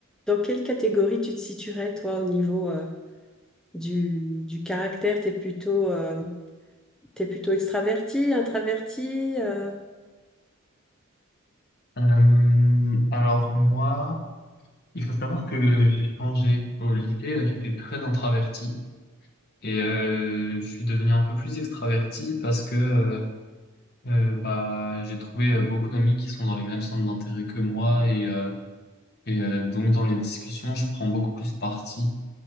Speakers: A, in the centre; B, on the left.
A: Dans quelle catégorie tu te situerais, toi, au niveau euh, du, du caractère? T'es plutôt, euh, t'es plutôt extraverti, introverti, euh,
B: Euh, alors moi, il faut savoir que j'ai changé au lycée, euh, j'étais très introverti et euh, je suis devenu un peu plus extraverti parce que euh, euh, bah, j'ai trouvé euh, beaucoup d'amis qui sont dans les mêmes centres d'intérêt que moi et, euh, et euh, donc dans les discussions, je prends beaucoup plus parti.